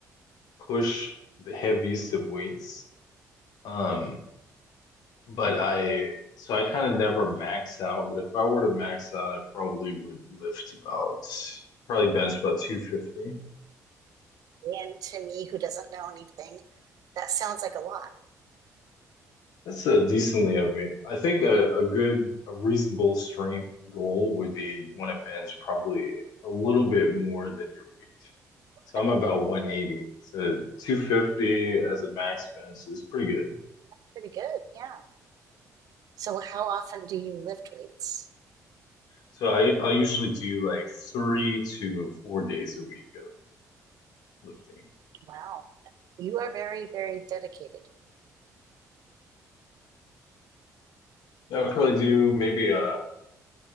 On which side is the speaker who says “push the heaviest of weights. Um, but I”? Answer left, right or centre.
Left